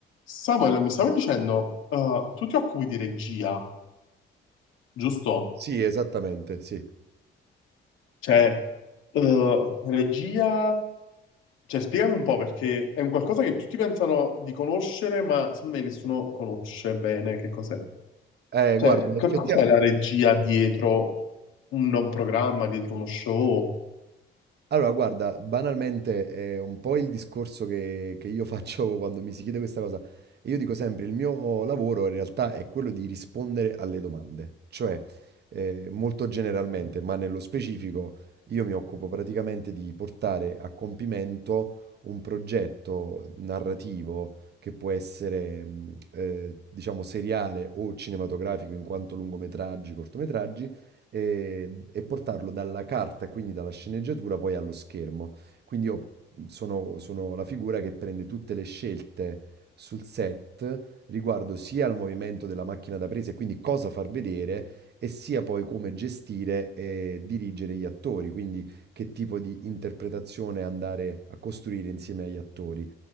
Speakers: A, on the left (about 85°); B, on the right (about 55°).
A: Samuel, mi stavi dicendo, eh, tu ti occupi di regia, giusto?
B: Sì, esattamente, sì.
A: Cioè, eh, regia, cioè, spiegami un po' perché è un qualcosa che tutti pensano di conoscere, ma secondo me nessuno conosce bene che cos'è.
B: Eh,
A: Cioè,
B: guarda, in effettia
A: che cos'è la regia dietro un, un programma, dietro uno show?
B: allora guarda, banalmente è un po' il discorso che, che io faccio <laughs> quando mi si chiede questa cosa. E io dico sempre, il mio lavoro in realtà è quello di rispondere alle domande. Cioè, eh, molto generalmente, ma nello specifico, io mi occupo praticamente di portare a compimento un progetto narrativo che può essere, mh, eh, diciamo, seriale o cinematografico in quanto lungometraggi, cortometraggi e, e portarlo dalla carta, quindi dalla sceneggiatura, poi allo schermo. Quindi io mhmm, sono, sono la figura che prende tutte le scelte sul set riguardo sia al movimento della macchina da presa e quindi cosa far vedere, e sia poi come gestire e dirigere gli attori, quindi che tipo di interpretazione andare a costruire insieme agli attori.